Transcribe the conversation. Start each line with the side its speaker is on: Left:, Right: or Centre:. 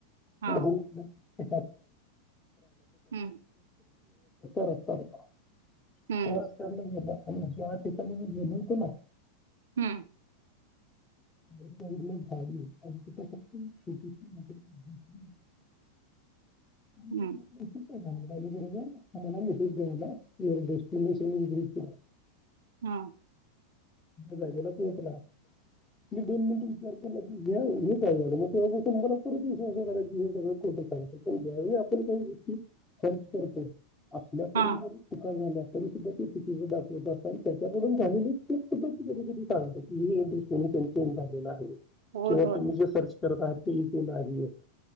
Right: हा
Left: <inaudible> कच्चा
Right: हम्म
Left: रस्ता होता
Right: हम्म
Left: त्या रत्त्याने गेला. आणि ज्या ठिकाणी मी गेलो होतो ना
Right: हम्म <unintelligible>
Left: <inaudible> आणि
Right: हम्म
Left: <inaudible> <inaudible> मला मेसेज कळवला युअर डेस्टिनेशन इस <inaudible>
Right: हम
Left: जा गेला पोहचला मी दोन मिनिट विचार केला की हे काय झालं मग तेव्हापासून मला परतय सग सगळं ांगत पण ज्यावेळी आपण काही गोष्टी खर्च करतो आपल्याकडून
Right: हा
Left: जरी चुका झाल्या तरी सुद्धा ते चुका दाखवत असत आणि त्याच्याकडून झालेली चूक सुद्धा ते की कधी सांगत की दृष्टीने स चेंज झालेलं आहे
Right: होय
Left: किंवा
Right: होय
Left: तुम्ही जे सर्च करत आहात ते इथ नाही आहे